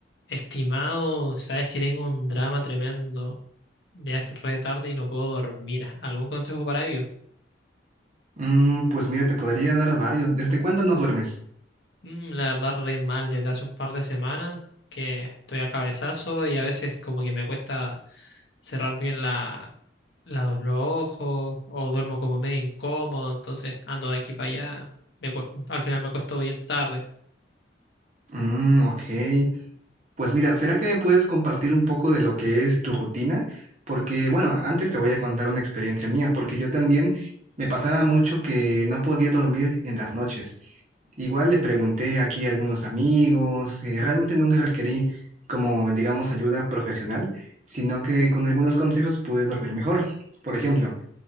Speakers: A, on the left; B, on the right.
A: Estimado, sabes que tengo un drama tremendo. Ya es re tarde y no puedo dormir. ¿Algún consejo para ello?
B: Mm, pues mira, te podría dar varios. ¿Desde cuándo no duermes?
A: Mm, la verdad, re mal desde hace un par de semanas que estoy a cabezazo y a veces como que me cuesta cerrar bien la, la- los ojos o duermo como medio incómodo, entonces ando de aquí para allá. Me cue- al final me cuesto bien tarde.
B: Mm, ok. Pues mira, ¿será que me puedes compartir un poco de lo que es tu rutina? Porque, bueno, antes te voy a contar una experiencia mía, porque yo también me pasaba mucho que no podía dormir en las noches. Igual le pregunté aquí a algunos amigos, eh, realmente nunca requerí como, digamos, ayuda profesional, sino que con algunos consejos pude dormir mejor. Por ejemplo,